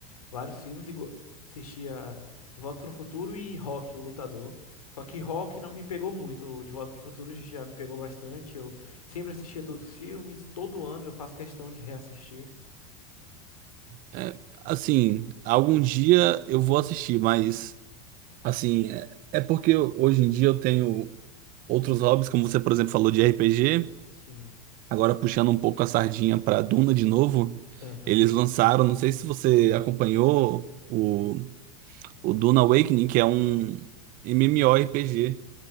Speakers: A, on the left; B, on the right.
A: vários filmes, e go- assistia De Volta pro Futuro e Rock, o Lutador. Só que Rock não me pegou muito. o De Volta pro Futuro já me pegou bastante. Eu sempre assistia todos os filmes, todo ano eu faço questão de reassistir.
B: É, assim, algum dia eu vou assistir, mas assim, é, é porque eu- hoje em dia eu tenho outros hobbies, como você, por exemplo, falou de RPG.
A: Sim.
B: Agora puxando um pouco a sardinha para Duna de novo,
A: Aham.
B: eles lançaram, não sei se você acompanhou o, o Duna Awakening, que é um MMORPG